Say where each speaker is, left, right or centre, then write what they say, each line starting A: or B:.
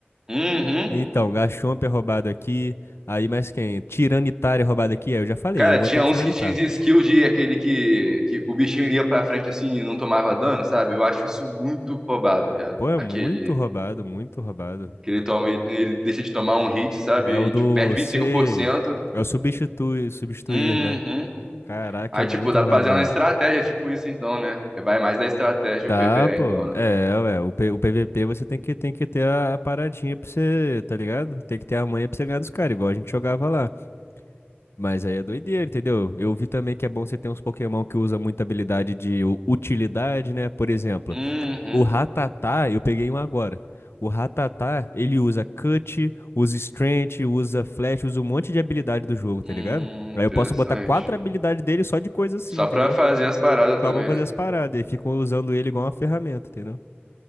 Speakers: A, on the right; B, on the left.
A: Uhum.
B: Então, Gachomp é roubado aqui, aí mais quem? Tiranitar é roubado aqui? É, eu já falei,
A: Cara,
B: eu
A: tinha
B: vou ter um Tiranitar.
A: uns que tinham skill de aquele que, que o bichinho ia pra frente assim e não tomava dano, sabe? Eu acho isso muito roubado, viado.
B: Pô, é
A: Aquele
B: muito roubado, muito roubado.
A: que ele toma, ele, ele deixa de tomar um hit, sabe?
B: É o
A: E,
B: do
A: tipo, perde 25%.
B: C. É o substituir, substituir,
A: Uhum.
B: né? Caraca,
A: Aí,
B: é
A: tipo,
B: muito
A: dá
B: roubado
A: pra fazer
B: mesmo.
A: uma estratégia, tipo isso então, né? Vai mais da estratégia
B: Dá,
A: o PvE,
B: pô.
A: então, né?
B: É, ué, o, P- o PVP você tem que, tem que ter a, a paradinha pra você, tá ligado? Tem que ter a manha pra você ganhar dos caras, igual a gente jogava lá. Mas aí é doideira, entendeu? Eu vi também que é bom você ter uns Pokémon que usa muita habilidade de u- utilidade, né? Por exemplo,
A: Uhum.
B: o Rattata, eu peguei um agora. O Rattata, ele usa Cut, usa Strength, usa Flash, usa um monte de habilidade do jogo, tá
A: Hum,
B: ligado? Aí
A: interessante.
B: eu posso botar quatro habilidades dele só de coisa assim,
A: Só
B: entendeu?
A: pra fazer as paradas também,
B: Só pra fazer
A: né?
B: as paradas. E ficam usando ele igual uma ferramenta, entendeu?